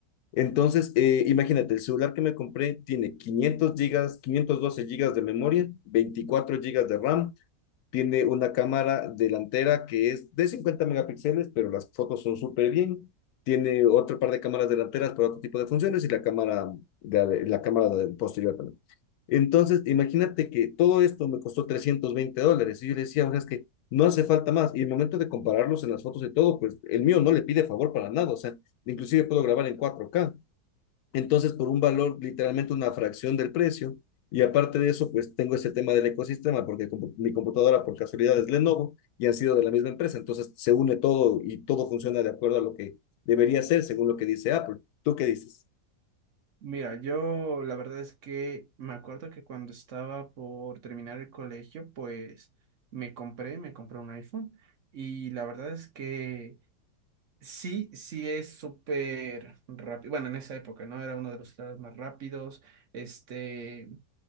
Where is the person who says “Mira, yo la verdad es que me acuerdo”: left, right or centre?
Right